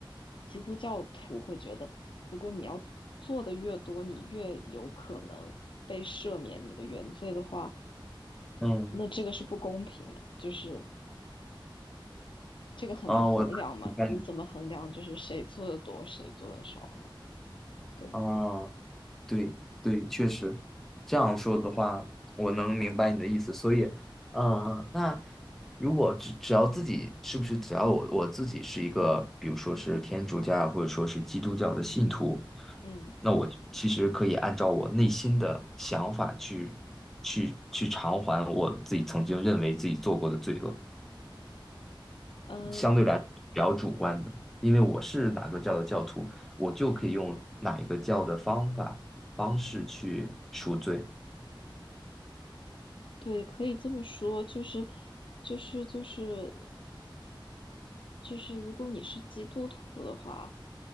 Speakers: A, on the left (about 70°); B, in the centre.
A: 基督教徒会觉得，如果你要做的越多，你越有可能被赦免你的原罪的话。
B: 嗯，
A: 那这个是不公平的，就是这个很难衡量嘛？
B: 啊，我大概明白你，
A: 你怎么衡量就是谁做的多，谁做的少呢？对吧？
B: 啊。对对，确实，这样说的话，我能明白你的意思。所以，嗯，那如果只只要自己是不是只要我我自己是一个，比如说是天主教或者说是基督教的信徒，
A: 嗯
B: 那我其实可以按照我内心的想法去去去偿还我自己曾经认为自己做过的罪恶。
A: 嗯，
B: 相对来说比较主观的，因为我是哪个教的教徒，我就可以用哪一个教的方法方式去赎罪，
A: 对，可以这么说，就是就是就是就是，如果你是基督徒的话，